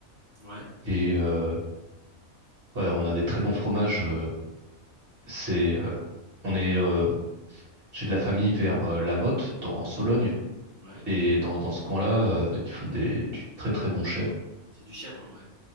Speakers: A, on the left; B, on the right.
A: ouais,
B: Et euh, ouais, on a des très bons fromages. euh, C'est, euh, on est, euh, j'ai de la famille vers euh, La Motte, dans, en Sologne,
A: ouais,
B: et dans, dans ce coin-là, euh, ils font des, du très très bon chèvre.
A: c'est du chèvre, hein, ouais.